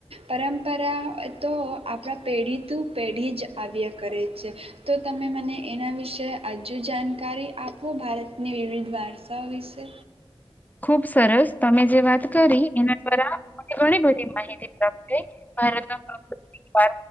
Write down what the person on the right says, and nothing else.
પરંપરા તો આપણા પેઢી ત પેઢી જ આવ્યા કરે તો તમે મને એના વિશે તે હજુ જાણકારી આપો ભારતની વિવિધ વારસાઓ વિશે